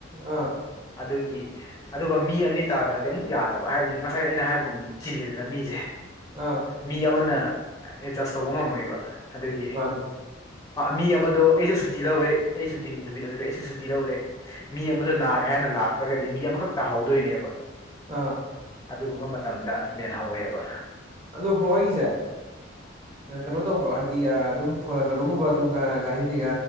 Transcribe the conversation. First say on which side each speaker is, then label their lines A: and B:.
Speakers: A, on the right; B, on the left.
A: ꯑꯥ
B: ꯑꯗꯨꯒꯤ ꯑꯗꯨꯒ ꯃꯤ ꯑꯅꯤ ꯇꯥꯗ꯭ꯔꯗꯤ ꯑꯃꯨꯛ ꯌꯥꯗꯕ ꯍꯥꯏꯕꯗꯤ ꯉꯁꯥꯏ ꯑꯩꯅ ꯍꯥꯏꯕꯒꯨꯝꯕꯅ ꯆꯤꯜꯂꯤꯗꯅ ꯃꯤꯁꯦ
A: ꯑꯥ
B: ꯃꯤ ꯑꯃꯅ ꯑꯦꯠꯖꯁ ꯇꯧꯕ ꯉꯝꯃꯣꯏꯕ ꯑꯗꯨꯒꯤ
A: ꯃꯥꯅꯦ
B: ꯃꯤ ꯑꯃꯗꯣ ꯑꯩꯁꯨ ꯁꯨꯇꯤ ꯂꯧꯔꯦ ꯑꯩ ꯁꯨꯇꯤ ꯅꯨꯃꯤꯠ ꯑꯣꯏꯔꯦ ꯑꯩꯁꯨ ꯁꯨꯇꯤ ꯂꯧꯔꯦ ꯃꯤ ꯑꯃꯁꯨ ꯅꯥꯔꯦ ꯍꯥꯏꯅ ꯂꯥꯛꯇ꯭ꯔꯒꯗꯤ ꯃꯤ ꯑꯃꯈꯛ ꯇꯥꯍꯧꯗꯣꯏꯅꯦꯕ
A: ꯑꯥ
B: ꯑꯗꯨꯒꯨꯝꯕ ꯃꯇꯝꯗ ꯃꯦꯜꯍꯧꯋꯦꯕ
A: ꯑꯗꯣ ꯕ꯭ꯔꯣꯍꯣꯏꯒꯤꯁꯦ ꯀꯩꯅꯣ ꯇꯧꯕ ꯍꯥꯏꯗꯤ ꯑꯗꯨꯝ ꯀꯩꯅꯣꯒꯨꯝꯝꯒꯥꯔꯤ